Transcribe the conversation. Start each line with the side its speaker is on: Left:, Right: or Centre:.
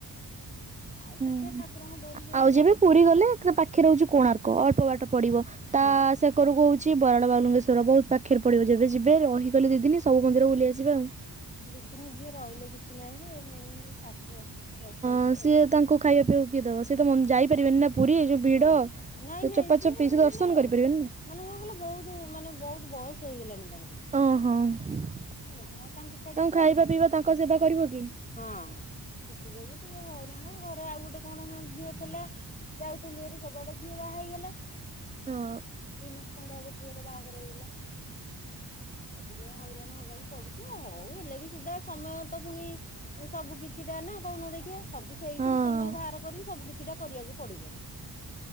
Left: ଆଉ
Right: ହୁଁ।
Left: ଦେଖିଆ ଠାକୁରଙ୍କ ଡୋରି ଯୋଉ
Right: ଆଉ
Left: ଦିନ
Right: ଯେବେ
Left: ଲାଗିବ।
Right: ପୁରୀ ଗଲେ ତା ପାଖରେ ହଉଚି କୋଣାର୍କ ଅଳ୍ପ ବାଟ ପଡିବ ତା
Left: ହଁ
Right: ସେକରକୁ ହଉଛି ବରାଳ ବାଲୁଙ୍ଗେଶର। ଚୋର ବହୁତ ପାଖରେ ପଡିବ
Left: ହଁ।
Right: ଯେବେ ଯିବେ ରହିଲେ ଦିଦିନ ସବୁ ମନ୍ଦିର ବୁଲି ଆସିବ ଆଉ
Left: ଦିଦିିନ ଝିଅ ରହିଲେ କିଛି ନାହିଁ ଯେ ମେନ ହେଲା ଶାଶୁ ଅସୁସ୍ଥ ଅଛନ୍ତି।
Right: ହଁ
Left: ତ
Right: ସିଏ ତାଙ୍କୁ ଖାଇବା ପିଇବାକୁ କିଏ ଦେବ ସିଏ ତ ମ ଯାଇପାରିବେନି ନା ପୁରୀ ଏଇ ଯୋଉ ଭିଡ
Left: ହଁ ନାଇଁ
Right: ଯୋଉ
Left: ନାଇଁ
Right: ଚପା
Left: ସିଏ
Right: ଚପି
Left: ମାନେ
Right: ସେ ଦର୍ଶନ କରିପାରିବେନି ନା।
Left: ମାନେ କଣ କହିଲ ବହୁତ ମାନେ ବହୁତ ବୟସ ହେଇଗଲାଣି ତାଙ୍କୁ।
Right: ଓହଁ ତାଙ୍କୁ
Left: ହେଲା ଆଉ ଛାଡି କୁଆଡେ
Right: ଖାଇବା
Left: ଯିବ
Right: ପିଇବା ତାଙ୍କ ସେବା କରିବ କି?
Left: ହଁ ସେଥି ଯୋଗୁ ଟିକେ ହଇରାଣ ଘରେ ଆଉ ଗୋଟେ କଣ ହଁ ଝିଅ ଥିଲା ଯାଉଥିଲି ହାରି ସବୁଆଡେ ଝିଅ ବାହା ହେଇଗଲା।
Right: ହଁ
Left: ଦି ମାସ ଖଣ୍ଡେ ହବ ଝିଅର ବାହାଘର ହେଇଗଲା ଆଉ ଟିକେ ହଇରାଣ ହବା କୁ ପଡୁଚି ଆଉ। ହଉ ହେଲେ ବି ସିଧା ସମୟ ତ ପୁଣି ଏ ସବୁ କିଛିଟା ନା କହୁନ ଦେଖିବା ସବୁ ସେଇଥିରୁ
Right: ହଁ।
Left: ସମୟ ବାହାର କରିକି ସବୁ କିଛିଟା କରିବାକୁ ପଡିବ।